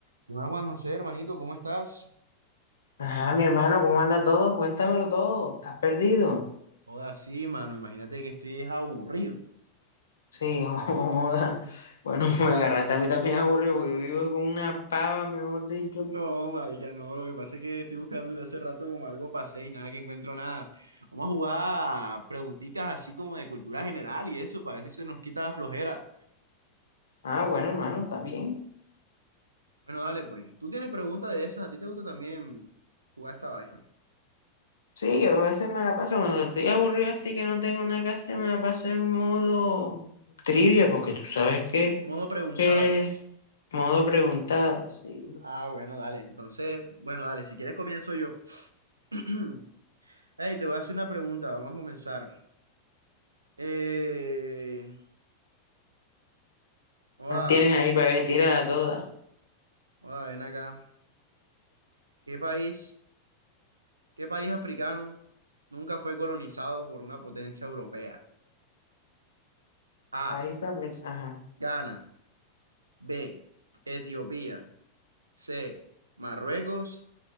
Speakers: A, on the right; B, on the left.
A: ¿Qué más, Juan José, hermanito? ¿Cómo estás?
B: Ajá, mi hermano, ¿cómo anda todo? Cuéntamelo todo. ¿Estás perdido?
A: Joda, sí, mano, imagínate que estoy es aburrido.
B: Sí, <laughs> joda. Bueno, me agarraste a mí también aburrido porque yo vivo con una pava, mejor dicho.
A: No, marica, no, lo que pasa es que estoy buscando desde hace rato como algo pasé y nada que encuentro nada. Vamos a jugar preguntitas así como de cultura general y eso, para ver si se nos quita la flojera.
B: Ah, bueno, hermano, está bien.
A: Bueno, dale pues. Tú tienes preguntas de esas, a ti te gusta también jugar esta vaina.
B: Sí, yo a veces me la paso cuando estoy aburrido así que no tengo nada que hacer, me la paso en modo trivia porque tú sabes que
A: Modo preguntados.
B: que modo preguntado. Sí.
A: Ah, bueno, dale. Entonces, bueno, dale, si quieres comienzo yo. <clears throat> Hey, te voy a hacer una pregunta, vamos a comenzar. Eh... joda,
B: ¿Cuál tienes ahí para ver? Tírala toda.
A: Joda, ven acá. ¿Qué país, qué país africano nunca fue colonizado por una potencia europea? A.
B: País africano. Ajá.
A: Ghana. B. Etiopía. C. Marruecos.